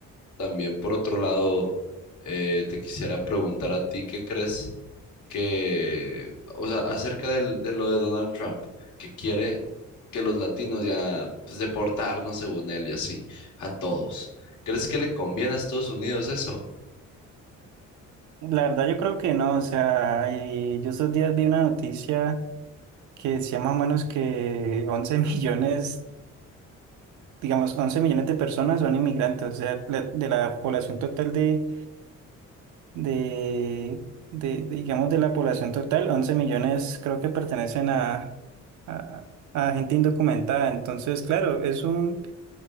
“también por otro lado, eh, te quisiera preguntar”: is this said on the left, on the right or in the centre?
Left